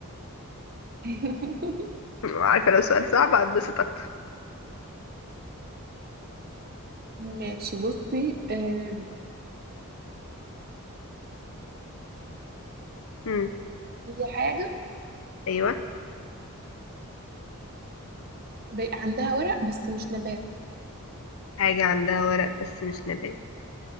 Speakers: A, on the right; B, on the left.
A: <laughs>
B: <laughs> عارفة لو سؤال صعب هتبسط أكتر
A: ماشي بصي آم،
B: مم.
A: هي حاجة
B: أيوة
A: ب- عندها ورق بس مش نبات
B: حاجة عندها ورق بس مش نبات